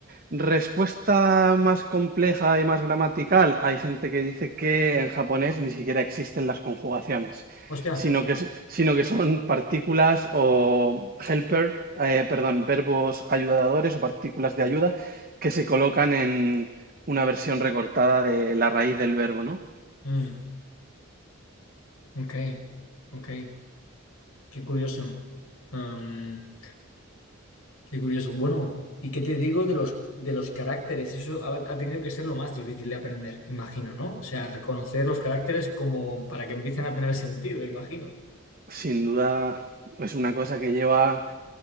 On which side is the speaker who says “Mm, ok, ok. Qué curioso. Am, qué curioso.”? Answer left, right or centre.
Left